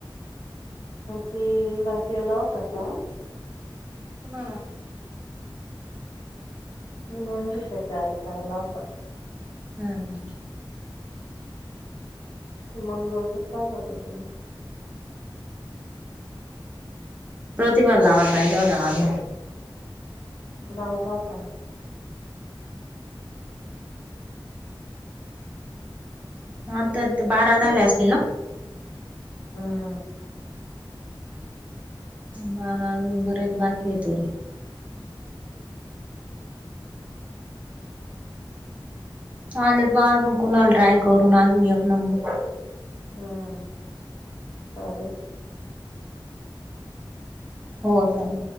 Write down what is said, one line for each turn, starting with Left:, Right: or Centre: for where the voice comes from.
Left: तिला केला होता कॉल.
Right: कुणाला?
Left: मंजूशाच्या आईचा आला होता.
Right: हम्म
Left: ते मंजूचच सांगत होती मग.
Right: प्रतीभा ला लावायला पाहिजे होता ना अजून.
Left: लावला होता.
Right: आता बारा झाले असतील ना?
Left: हम्म
Right: बारा अजून बरेच बाकी आहे तरी. चालेल बा अजून कुणाला ट्राय करून अजून एक नंबर
Left: हम्म चालल.
Right: हो चालेल.